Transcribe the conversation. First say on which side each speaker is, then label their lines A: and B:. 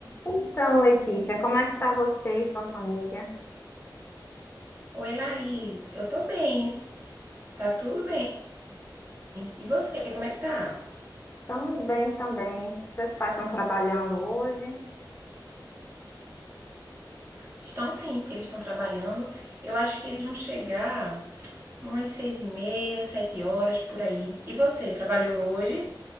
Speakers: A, on the left; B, on the right.
A: Então, Letícia, como é que tá você e sua família?
B: Oi, Laís. Eu tô bem, tá tudo bem. E você, como é que tá?
A: Estamos bem também. Seus pais estão trabalhando hoje?
B: Estão sim, eles estão trabalhando. Eu acho que eles vão chegar umas seis e meia, sete horas por aí. E você, trabalhou hoje?